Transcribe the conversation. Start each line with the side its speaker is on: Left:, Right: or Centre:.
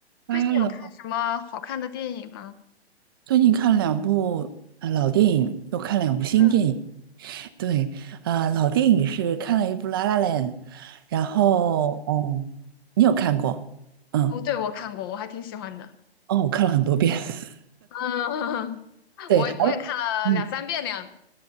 Right: 八楼，
Left: 最近有看什么好看的电影吗？
Right: 最近看了两部呃老电影，又看两部新电影。
Left: 嗯，啊，
Right: 对，啊、老电影是看了一部《La La Land》，然后哦，你有看过？嗯，
Left: 哦，对，我看过，我还挺喜欢的。
Right: 哦，我看了很多遍。<laughs>
Left: 嗯，<laughs>
Right: 对，
Left: 我我也看了两三遍那样子。
Right: 还有嗯